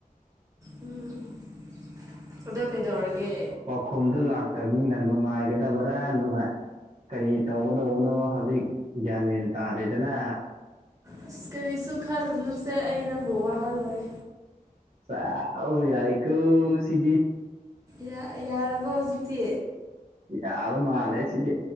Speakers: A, on the right; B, on the right.
A: ꯎꯝ ꯑꯗꯣ ꯀꯩꯗꯧꯔꯒꯦ
B: ꯄꯥꯎꯈꯨꯝꯗꯨ ꯂꯥꯛꯇꯕꯅꯤꯅ ꯅꯨꯡꯉꯥꯏꯒꯗꯕ꯭ꯔꯥ ꯅꯨꯡꯉꯥꯏ ꯀꯔꯤ ꯇꯧꯒꯗꯧꯕꯅꯣ ꯍꯧꯖꯤꯛ ꯒ꯭ꯌꯥꯟ ꯃꯦꯟ ꯇꯥꯗꯦꯗꯅ
A: ꯑꯁ ꯀꯔꯤꯁꯨ ꯈꯜꯂꯨꯅꯨꯁꯦ ꯑꯩ ꯅꯪꯕꯨ ꯋꯥꯍꯜꯂꯣꯏ
B: ꯁꯥ ꯑꯧ ꯌꯥꯏꯀꯣ ꯁꯤꯗꯤ
A: ꯌꯥ ꯌꯥꯔꯕꯣ ꯍꯧꯖꯤꯛꯇꯤ
B: ꯌꯥꯕ ꯃꯥꯂꯦ ꯁꯤꯗꯤ